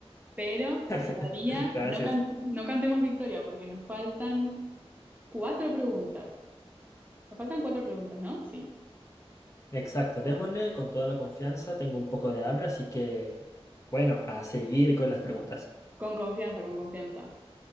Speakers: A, on the right (about 15°); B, on the left (about 30°).
A: pero
B: <laughs>
A: todavía
B: Gracias.
A: no, cante- no cantemos victoria porque nos faltan cuatro preguntas. Nos faltan cuatro preguntas, ¿no? Sí.
B: Exacto, démosle con toda la confianza. Tengo un poco de hambre, así que, bueno, a seguir con las preguntas.
A: Con confianza, con confianza.